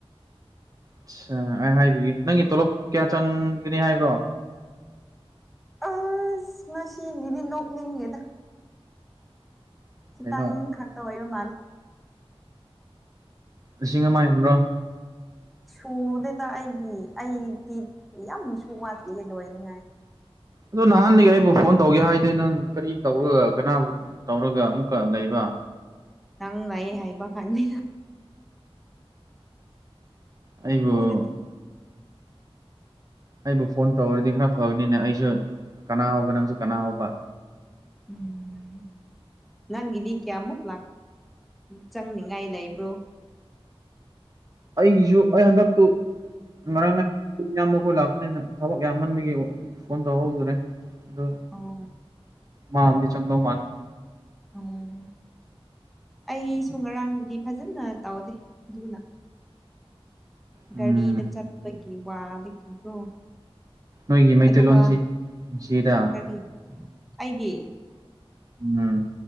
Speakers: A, on the right; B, in the centre.
A: ꯑꯆꯥ ꯑꯩ ꯍꯥꯏꯕꯤꯒꯦ ꯅꯪꯒꯤ ꯇꯣꯂꯣꯞ ꯀꯌꯥ ꯆꯪꯒꯅꯤ ꯍꯥꯏꯕ꯭ꯔꯣ
B: ꯑꯁ ꯃꯁꯤꯅꯤꯗꯤ ꯅꯣꯛꯅꯤꯡꯉꯦꯗ ꯈꯤꯇꯪ
A: ꯀꯩꯅꯣ
B: ꯈꯛꯇ ꯑꯣꯏꯕ ꯃꯥꯜꯦ
A: ꯂꯤꯁꯤꯡ ꯑꯃꯥꯏ ꯍꯟꯕ꯭ꯔꯣ
B: ꯁꯨꯗꯗ ꯑꯩꯒꯤ ꯑꯩꯗꯤ ꯌꯥꯝꯁꯨ ꯋꯥꯠꯂꯤꯁꯦ ꯂꯣꯏꯅꯤꯡꯉꯥꯏ
A: ꯑꯗꯣ ꯅꯍꯥꯟꯗꯒꯤ ꯑꯩꯕꯨ ꯐꯣꯟ ꯇꯧꯒꯦ ꯍꯥꯏꯗꯤꯦ ꯅꯪ ꯀꯔꯤ ꯇꯧꯔꯒ ꯀꯅꯥꯕꯨ ꯇꯧꯔꯒ ꯑꯃꯨꯛꯀ ꯂꯩꯕ
B: ꯅꯪ ꯉ ꯍꯥꯏꯕ ꯈꯪꯅꯤ
A: ꯑꯩꯕꯨ
B: ꯇꯅꯗꯤ
A: ꯑꯩꯕꯨ ꯐꯣꯟ ꯇꯧꯔꯔꯗꯤ ꯈꯔ ꯐꯕꯅꯤꯅꯦ ꯑꯩꯁꯨ ꯀꯅꯥ ꯍꯧꯕ ꯅꯪꯁꯨ ꯀꯅꯥ ꯍꯧꯕ
B: ꯎꯝ ꯅꯪꯒꯤꯗꯤ ꯀꯌꯥꯃꯨꯛ ꯆꯪꯅꯤꯡꯉꯥꯏ ꯂꯩꯕ꯭ꯔꯣ <inaudible> <inaudible>
A: ꯑꯩꯒꯤꯁꯨ ꯑꯩ ꯍꯟꯗꯛꯇꯨ ꯉꯔꯥꯡꯥꯏ ꯏꯌꯥꯝꯕ ꯑꯩꯈꯣꯏ ꯂꯥꯛꯄꯅꯤꯅ ꯊꯕꯛ ꯌꯥꯝꯃꯟꯕꯒꯤ ꯐꯣꯟ ꯇꯧꯍꯧꯗ꯭ꯔꯦ ꯑꯗꯣ
B: ꯑꯣ
A: ꯃꯥꯝꯗꯤ ꯆꯪꯗꯧ ꯃꯥꯜꯂꯦ
B: ꯎꯝ ꯑꯩꯁꯨ ꯉꯔꯥꯡꯗꯗꯤ ꯐꯖꯅ ꯇꯧꯗꯦ ꯑꯗꯨꯅ
A: ꯎꯝ
B: ꯒꯥꯔꯤꯗ ꯆꯠꯄꯒꯤ ꯋꯥꯕꯒꯤꯗꯣ
A: ꯅꯣꯏꯒꯤ ꯃꯩꯇꯩꯂꯣꯟꯁꯤ
B: ꯑꯗꯨꯒ
A: ꯅꯨꯡꯁꯤꯗ
B: ꯀꯔꯤ ꯑꯩꯒꯤ
A: ꯎꯝ